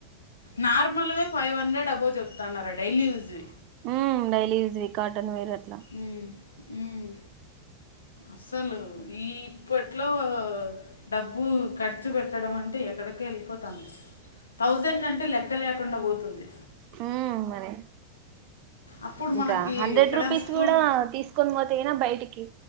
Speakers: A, on the left (about 70°); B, on the right (about 40°).
A: నార్మల్వే ఫైవ్ హండ్రెడ్ అబో చెప్తున్నారా డైలీ యూస్ వి
B: ఉమ్ డైలీ యూస్ వి కాటన్ వేర్ అట్లా
A: ఉమ్ ఉమ్ అసలు ఈ ఇప్పట్లో డబ్బు ఖర్చు పెట్టడం అంటే ఎక్కడికో వెళ్ళిపోతుంది థౌజండ్ అంటే లెక్కలే కుండబోతుంది
B: హమ్ మరి
A: అప్పుడు
B: ఇంకా
A: మనకి
B: హండ్రెడ్
A: ఎక్కడ
B: రూపీస్
A: స్కూల్
B: కూడా తీసుకొని పోతే గణ బయటికి